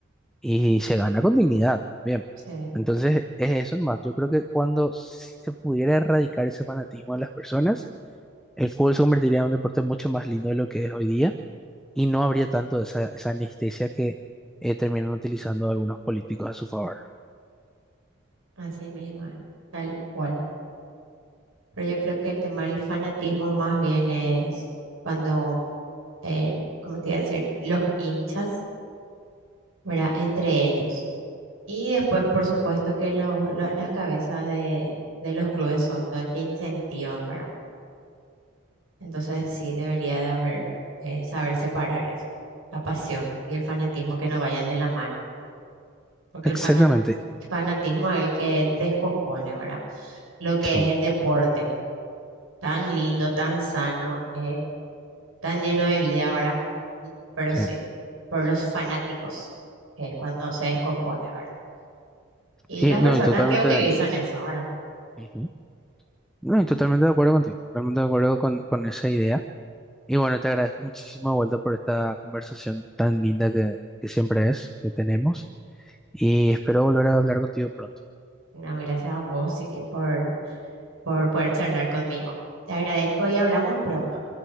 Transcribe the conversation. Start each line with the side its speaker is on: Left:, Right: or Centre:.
Centre: Y se gana con dignidad, bien.
Right: Sí,
Centre: Entonces, es eso más. Yo creo que cuando si se pudiera erradicar ese fanatismo de las personas, el fútbol se convertiría en un deporte mucho más lindo de lo que es hoy día y no habría tanto esa, esa anestesia que eh, terminan utilizando algunos políticos a su favor.
Right: así mismo, es, tal cual. Pero yo creo que el tema del fanatismo más bien es cuando, el, ¿cómo te iba a decir? Los hinchas, ¿verdad? Entre ellos. Y después, por supuesto, que los- lo- las cabezas de, de los clubes son las que incentivan, ¿verdad? Entonces, sí, debería de haber, eh, saber separar eso, la pasión y el fanatismo que no vayan de la mano, porque el
Centre: Exactamente,
Right: fana- fanatismo es el que descompone, ¿verdad? Lo que
Centre: sí,
Right: es el deporte, tan lindo, tan sano, eh, tan lleno de vida, ¿verdad? Y- Pero sí,
Centre: sí.
Right: por los fanáticos es cuando se descompone, ¿verdad? Y
Centre: Y
Right: las personas
Centre: no, y totalmente...
Right: que utilizan eso, ¿verdad?
Centre: ujú. No, y totalmente de acuerdo contigo, totalmente de acuerdo con, con esa idea. Y bueno, te agradezco muchísimo de vuelta por esta conversación tan linda que, que siempre es, que tenemos, y espero volver a hablar contigo pronto.
Right: No, gracias a vos y que por, por poder charlar conmigo. Te agradezco y hablamos pronto.